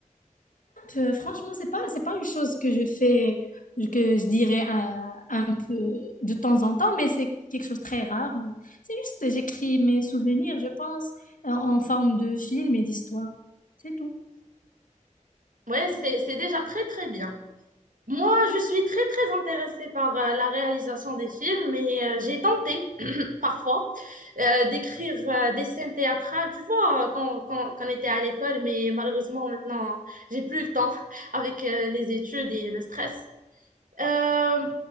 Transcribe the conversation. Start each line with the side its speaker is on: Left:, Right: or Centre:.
Left: Euh, franchement, c'est pas, c'est pas une chose que je fais, que je dirais un, un peu de temps en temps, mais c'est quelque chose de très rare. C'est juste, j'écris mes souvenirs, je pense, en, en forme de film et d'histoire. C'est tout.
Right: Ouais, c'est, c'est déjà très très bien. Moi, je suis très très intéressée par euh, la réalisation des films et euh, j'ai tenté <clears throat> parfois euh, d'écrire euh, des scènes théâtrales, tu vois, quand, quand, quand on était à l'école, mais malheureusement maintenant, j'ai plus le temps <laughs> avec euh, les études et le stress. Euh,